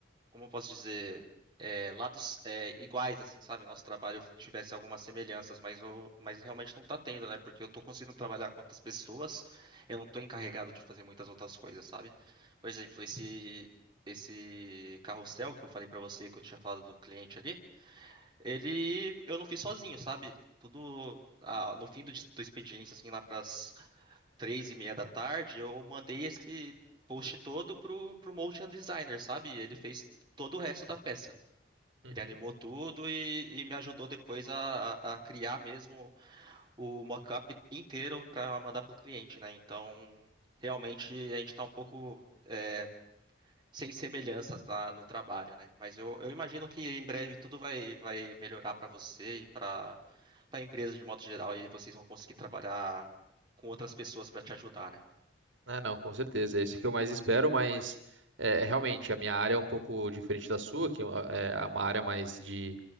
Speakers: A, on the right; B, on the right.
A: como eu posso dizer, é, lados é, iguais, assim, sabe? Nosso trabalho tivesse algumas semelhanças, mas, eu, mas realmente não tá tendo, né? Porque eu tô conseguindo trabalhar com outras pessoas, eu não tô encarregado de fazer muitas outras coisas, sabe? Por exemplo, esse, esse carrossel que eu falei pra você, que eu tinha falado do cliente ali. Ele, eu não fiz sozinho, sabe? Tudo ah, no fim do, dis- do expediente, assim, lá pras três e meia da tarde, eu mandei esse post todo pro, pro motion designer, sabe? Ele fez todo o resto da peça.
B: Uhum.
A: Ele animou tudo e, e me ajudou depois a, a a criar mesmo o mockup inteiro para mandar pro cliente, né? Então, realmente a gente tá um pouco é, sem semelhanças lá no trabalho, né? Mas eu, eu imagino que em breve tudo vai, vai melhorar para você e para para a empresa de modo geral, e vocês vão conseguir trabalhar com outras pessoas para te ajudar, né?
B: Ah, não, com certeza. É isso que eu mais espero, mas é, é, realmente a minha área é um pouco diferente da sua, que é é uma área mais de,